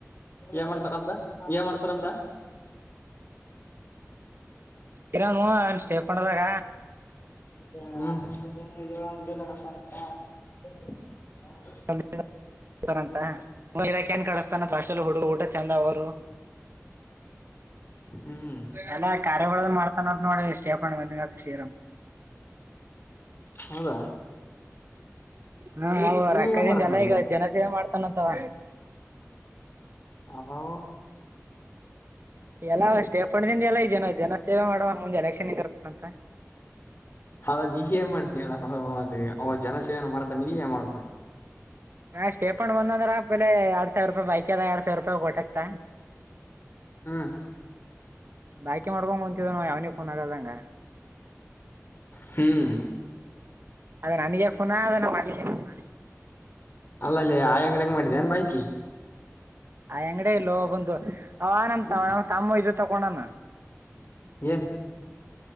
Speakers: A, on the left (about 45°); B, on the right (about 45°).
A: ಏನ್ ಮಾಡ್ತಾರ ಅಂತ ಏನ್ ಮಾಡ್ತಾರಂತ
B: ಇರಾಮ ಅವನ್ ಸ್ಟೇ ಪದಾಗ
A: ತ
B: <inaudible> ಇಾಖೆ ಕಡಿಸತಾನ ಫಲ್ಲಿ ಹುಡುಗ ಊಟ ಚೆಂದ ಅವರು <inaudible>
A: ಹ್ಮ್
B: ಎಲ್ಲ ಕಾರ್ಯ ಮಾಡ್ತಾನದ್ ನೋಡಿ ಸ ಬಂದ ಅಕ್ಷಷರಂ <inaudible>
A: ಹೌದಾ
B: ಹ
A: ನೀ
B: ಹೌದಣ
A: ನೀ ಏನ್
B: ಕೈ ದಿಂದ
A: ಮಾಡಕ್
B: ಎಲ್ಲ
A: ಮಾಡಿದ್ಯಾ
B: ಈಗ ಜನ ಸೇವೆ ಮಾಡ್ತಾನತ್ತವ
A: ಅದು
B: ಎಲ್ಲಷ್ಟೇ ಪಂಡದಿಂದ ಎಲ್ಲನ ಜನ ಸೇವೆ ಮಾಡುವವ ಮುಂದೆ ಎಲೆಕ್ಷನ್ ಇರತ್ತ ಅಂತ
A: ಹ್ಮ ಅದ ನೀಏನ್ ಮಾಡಿದ್ದ ಹೇಳ ಅವ ಅ ಅವ ಜನ ಸೇವನ ಮಾಡ್ತ ನೀ ಯಾವಾಗ್ ಮಾಡಿ
B: ಹಾ ಸ್ಟೇ ಪೊಂಡ್ ಬಂದಂದ್ರ ಬೆಲೆ ಎರಡ್ ಸಾವಿರ ರೂಪಾಯಿ ಬೈಕ್ ಅದ ಎರಡ್ ಸಾವಿರ ರೂಪಾಯಿ ಟಕ್ತ
A: ಹಾ
B: ಬಾಕಿ ಮಾಡ್ಕೊಂಡಂತಿದ್ದ ನ ಯಾವನಿ ಫೋನ್ ಆಗದಂಗ
A: ಹ್ಮ್
B: ಅದ ನನಗೆ ಫೋನಾ ಅದ ನ ಮನಿಗೆಫೋನಾ
A: ಅಲ್ಲ ಅಲ್ಲಿ ಆಯಾ ಅಂಗಡ ಹಂಗ್ ಮಾಡಿದ್ದನ್ ಬಾಕಿ
B: ಆ ಅಂಗಡ ಇಲ್ಲೋ ಬಂದು ಅವ ನಮ್
A: ಹ್ಮ್
B: ತ ನ ಕಮ್ಮು ಇದು ತಗೊಂಡನ
A: ಏನ್